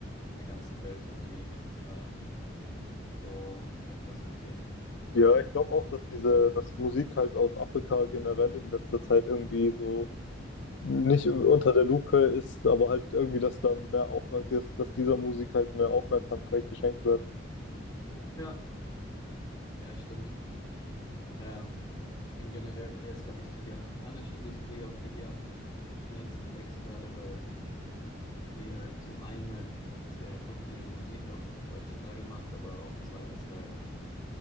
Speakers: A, on the left; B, on the left.
A: in der ganzen Welt irgendwie äh, so repräsentiert.
B: Ja, ich glaube auch, dass diese, dass Musik halt aus Afrika generell in letzter Zeit irgendwie so nicht unter
A: Hm.
B: der Lupe ist, aber halt irgendwie, dass da mehr Aufmerksamkeit, dass, dass dieser Musik halt mehr Aufmerksamkeit geschenkt wird.
A: Ja, ja, stimmt. Ähm, in generell ist, glaube ich, so die afrikanische Industrie auch die, die am schnellsten wächst gerade, weil die halt zum einen halt sehr populäre Musik auch heutzutage macht, aber auch zweitens, weil